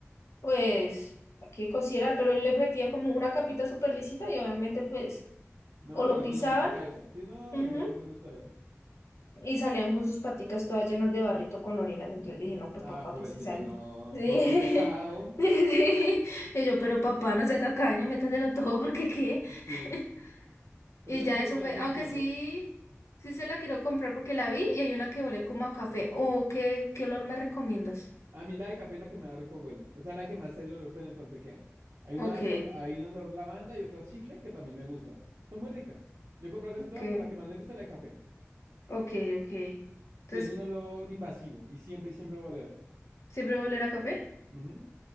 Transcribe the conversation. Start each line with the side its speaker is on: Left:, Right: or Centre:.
Left: pues, hay que considerar, pero él le metía como una capita súper lisita y obviamente, pues,
Right: No,
Left: o
Right: a los
Left: lo
Right: gatos
Left: pisaban
Right: no les gusta eso. Sí, no,
Left: ujú,
Right: a los gatos no les gusta eso.
Left: y salían con sus paticas todas llenas de barrito con orinas. Entonces dije, no, pues
Right: Ah,
Left: papá,
Right: pobrecito,
Left: pues se salen.
Right: no.
Left: Sí.
Right: Por qué pecado.
Left: <laughs> Sí. Y yo, pero papá, no sea tacaño, métaselo todo porque qué.
Right: Sí.
Left: <laughs>
Right: Pues
Left: Y
Right: la
Left: ya
Right: que le
Left: eso
Right: hice
Left: fue,
Right: hace
Left: aunque
Right: el intento.
Left: sí, sí se la quiero comprar porque la vi y hay una que huele como a café. Oh, ¿qué, qué olor me recomiendas?
Right: A mí la de café es la que me da rico huele. O sea, la que más el olor penetrante queda. Hay una,
Left: Ok,
Right: de col- hay un olor lavanda y otra chicle que también me gustan. Son muy ricas. Yo he comprado
Left: ok,
Right: casi todas, pero la que más me gusta es la de café.
Left: ok, ok. Entonces,
Right: Sí, es un olor invasivo y siempre y siempre va a oler.
Left: ¿siempre va a oler a café?
Right: Ujú.